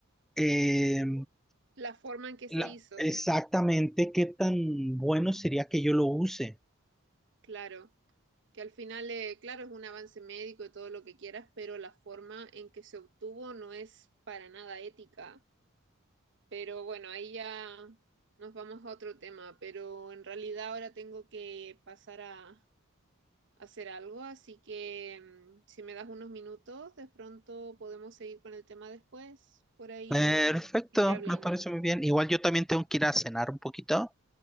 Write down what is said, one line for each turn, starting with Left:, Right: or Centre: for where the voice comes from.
Centre: eh,
Right: La forma en que se
Centre: la-
Right: hizo,
Centre: exactamente qué tan bueno sería que yo lo use.
Right: claro. que al final, eh, claro, es un avance médico y todo lo que quieras, pero la forma en que se obtuvo no es para nada ética. Pero bueno, ahí ya nos vamos a otro tema, pero en realidad ahora tengo que pasar a, a hacer algo, así que mm, si me das unos minutos, de pronto podemos seguir con el tema después, por ahí
Centre: Perfecto,
Right: ir hablando.
Centre: me parece muy bien. Igual yo también tengo que ir a cenar un poquito